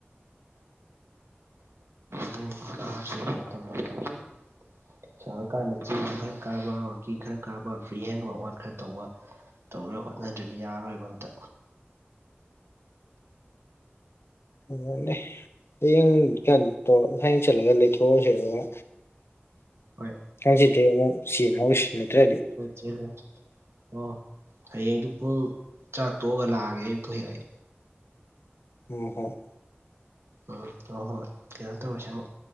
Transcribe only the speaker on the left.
ꯑꯗꯨꯅꯦ ꯍꯌꯦꯡ ꯆꯠ ꯇꯧ ꯍꯌꯦꯡ ꯆꯠꯂꯒ ꯂꯩꯊꯣꯛꯑꯣꯔꯁꯤ ꯑꯗꯨꯒ
ꯍꯥꯡꯆꯤꯠꯇꯤ ꯑꯃꯨꯛ ꯆꯦ ꯃꯍꯨꯠ ꯁꯤꯅꯗꯔꯥꯗꯤ
ꯎꯝ ꯍꯝ